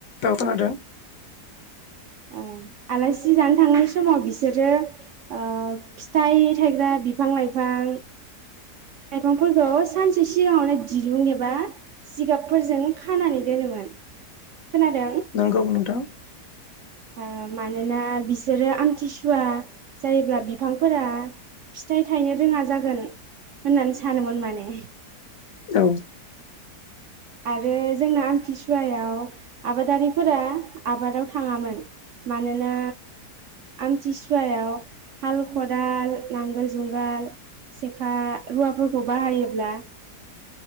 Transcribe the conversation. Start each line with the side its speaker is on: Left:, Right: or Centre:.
Left: दाव खोनादों
Right: ओ आलासि जानो थांनाय समाव बिसोरो फिथाइ थायग्रा बिफां लाइफां लाइफांफोरखौ सानसे सिगाङावनो दिरुं एबा जिगाबफोरजों खानानै दोनोमोन। खोनादों
Left: नोंगौ नोंथां
Right: ओ मानोना बिसोरो आमथिसुवा जायोब्ला बिफांफोरा फिथाइ थायनो रोङा जागोन होननानै सानोमोन माने।
Left: औ
Right: आरो जोंना आमथिसुवायाव आबादारिफोरा आबादाव थाङामोन मानोना आमथिसुवायाव हाल खदाल नांगोल जुंगाल सेखा रुवाफोरखौ बाहायोब्ला